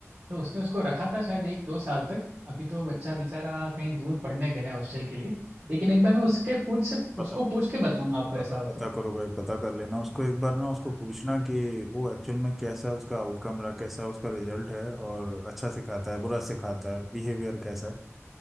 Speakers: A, on the right; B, in the centre.
A: तो उसने उसको रखा था शायद एक दो साल तक अभी तो बच्चा बेचारा कहीं दूर पढ़ने गया है हॉस्टल के लिए लेकिन एक बार मैं उसके पूछ से
B: पता
A: उसको पूछ के बताऊंगा आपको
B: पता
A: ऐसा हो
B: पता
A: तो
B: करो भाई पता कर लेना उसको एक बार ना उसको
A: हाँ
B: पूछना कि वो एक्चुअल में कैसा उसका आउटकम रहा कैसा उसका रिजल्ट है और अच्छा सिखाता है बुरा सिखाता है बिहेवियर कैसा है